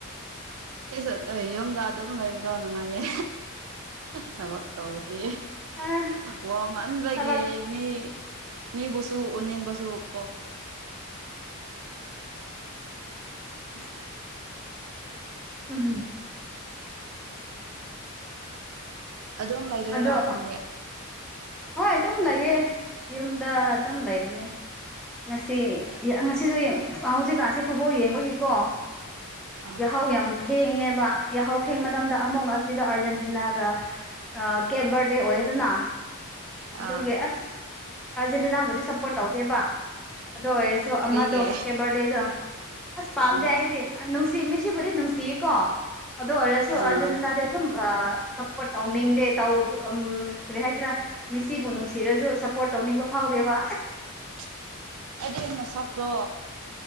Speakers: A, on the right (about 70°); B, in the centre.
A: ꯏꯁꯁꯨ ꯑꯗꯨ ꯌꯨꯝꯗ ꯑꯗꯨꯝ ꯂꯩꯕꯗꯣ ꯅꯨꯡꯉꯥꯏꯌꯦ ꯊꯕꯛ ꯀꯧꯔꯤ
B: ꯑꯁ
A: ꯋꯥꯃꯟꯕꯒꯤ
B: ꯊꯕꯛ
A: ꯃꯤ ꯃꯤ ꯁꯨ ꯑꯣꯅꯤ ꯁ ꯄ ꯎꯝ
B: ꯎꯝ
A: ꯑꯗꯨꯝ ꯂꯩꯗꯣꯏꯔꯥ
B: ꯑꯗꯣ
A: ꯅꯪꯗꯤꯦ
B: ꯍꯣꯏ ꯑꯗꯨꯝ ꯂꯩꯌꯦ ꯌꯨꯝꯗ ꯑꯗꯨꯝ ꯂꯩꯕꯅꯦ ꯉꯁꯤ ꯉꯁꯤꯁꯨ ꯍꯧꯖꯤꯛꯀꯥꯟꯁꯤꯦ ꯐꯨꯠꯕꯣꯜ ꯌꯦꯡꯕꯒꯤꯀꯣ
A: ꯑꯥ
B: ꯌꯥꯍꯧ ꯌꯝ ꯊꯦ ꯊꯦꯡꯉꯦꯕ ꯌꯥꯍꯧ ꯊꯦꯡꯕ ꯃꯇꯝꯗ ꯑꯃꯨꯛ ꯑꯁꯤꯗ ꯑꯥꯔꯖꯦꯟꯇꯤꯅꯥꯒ ꯀꯦꯞ ꯕꯔꯗꯦ ꯑꯣꯏ ꯑꯗꯨꯅ ꯑꯗꯨꯒꯤ
A: ꯑꯥ
B: ꯑꯁ ꯑꯥꯔꯖꯦꯟꯇꯤꯅꯥꯕꯨꯗꯤ ꯁꯞꯄꯣꯔꯠ ꯇꯧꯗꯦꯕ ꯑꯗꯨ ꯑꯣꯏꯔꯁꯨ
A: ꯀꯔꯤꯒꯤ
B: ꯑꯃꯗꯣ ꯀꯦꯕꯔꯗꯦꯗꯣ ꯑꯁ ꯄꯥꯝꯗꯦ
A: ꯎꯝ
B: ꯑꯩꯗꯤ ꯅꯨꯡ ꯁꯤ ꯃꯤꯁꯤꯕꯨꯗꯤ ꯅꯨꯡꯁꯤꯌꯦꯀꯣ ꯑꯗꯨ ꯑꯣꯏꯔꯁꯨ
A: ꯑꯥ
B: ꯑꯥꯔꯖꯦꯟꯇꯤꯅꯥꯗꯤ ꯑꯗꯨꯝ ꯁꯞꯄꯣꯔꯠ ꯇꯧꯅꯤꯡꯗꯦ ꯇꯧ ꯎ ꯀꯔꯤ ꯍꯥꯏꯁꯤꯔꯥ ꯃꯤꯁꯤꯕꯨ ꯅꯨꯡꯁꯤꯔꯁꯨ ꯁꯞꯄꯣꯔꯠ ꯇꯧꯅꯤꯡꯕ ꯐꯥꯎ ꯍꯥꯎꯗꯦꯕ
A: <unintelligible> ꯑꯩꯗꯤ ꯃꯁꯛꯇꯣ